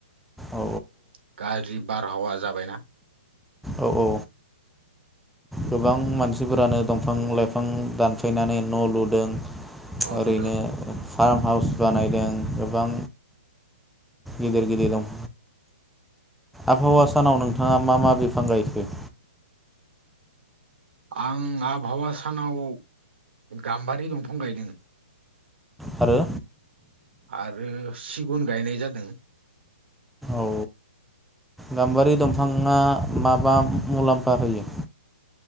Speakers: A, in the centre; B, on the right.
A: औ
B: <unintelligible> बारहावा जाबायना-
A: औ औ गोबां मानसिफोरानो दंफां लाइफां दानफायनानै न लुदों।
B: न'
A: आरैनो
B: लुदों
A: फार्म हाउस बानायदों गोबां गिदिर गिदिर दं। आबहावा सानाव नोंथाङा मा मा बिफां गायखो?
B: आं आबहावा सानाव गाम्बारि दंफां गायदों।
A: आरो?
B: आरो सिगुन गायनाय जादों।
A: औ गाम्बारि दंफाङा माबा मुलाम्फा होयो